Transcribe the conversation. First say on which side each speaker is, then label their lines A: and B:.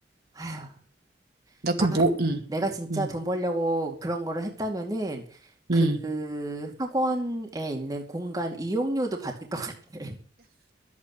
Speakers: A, on the right; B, on the right.
A: 아휴,
B: 나 그
A: 나,
B: 뭐 음.
A: 내가 진짜
B: 음.
A: 돈 벌려고 그런 거를 했다면은, 그
B: 음.
A: 학원에 있는 공간 이용료도 받을 것 같아.